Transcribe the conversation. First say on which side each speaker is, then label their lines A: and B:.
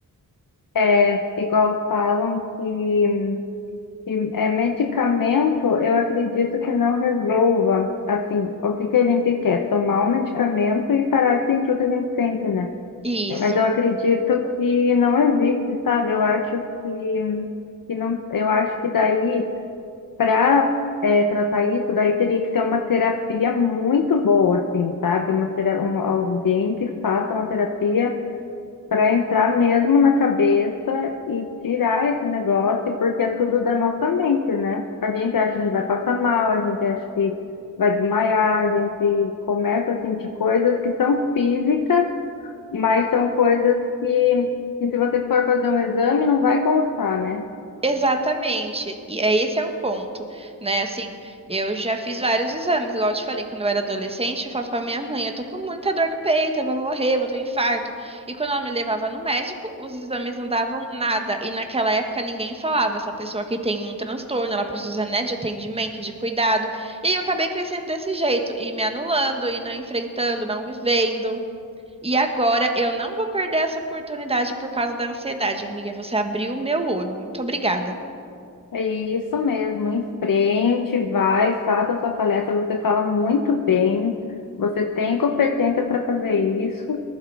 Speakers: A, on the left (about 65°); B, on the right (about 15°).
A: É, igual falam que E, é, medicamento, eu acredito que não resolva, assim, o que que a gente quer, tomar o medicamento e parar de sentir o que a gente sente, né?
B: Isso.
A: Mas eu acredito que não existe, sabe? Eu acho que, que não, eu acho que daí, para tratar isso, daí teria que ter uma terapia muito boa, assim, sabe? Uma, tera- um, alguém que faça uma terapia para entrar mesmo na cabeça e tirar esse negócio, porque é tudo da nossa mente, né? A gente acha que vai passar mal, a gente acha que vai desmaiar, a gente começa a sentir coisas que são físicas, mas são coisas que, que se você for fazer um exame, não vai constar, né?
B: Exatamente, e é esse é o ponto, né? Assim, eu já fiz vários exames, igual eu te falei, quando eu era adolescente, eu falava pra minha mãe, eu tô com muita dor no peito, eu vou morrer, vou ter um infarto. E quando ela me levava no médico, os exames não davam nada. E naquela época ninguém falava, essa pessoa que tem um transtorno, ela precisa, né, de atendimento, de cuidado. E aí eu acabei crescendo desse jeito, e me anulando, e não enfrentando, não vivendo. E agora eu não vou perder essa oportunidade por causa da ansiedade, amiga. Você abriu o meu olho. Muito obrigada.
A: É isso mesmo, em frente, vai, faça a sua palestra, você fala muito bem, você tem competência para fazer isso.